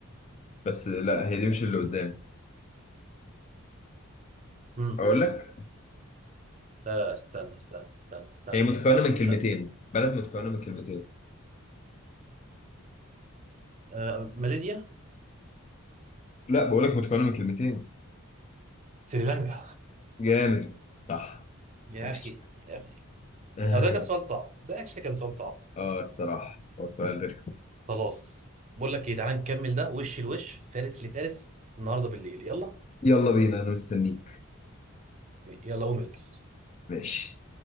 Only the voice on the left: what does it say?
بس لا هي دي مش اللي قدام
اقول لك
هي متكونة
من
كلمتين بلد متكونة من كلمتين
لا بقول لك متكونة من كلمتين
جامد صح
ماشي
اه
آه، الصراحة هو سؤال رخم
يلا بينا انا مستنيك
ماشي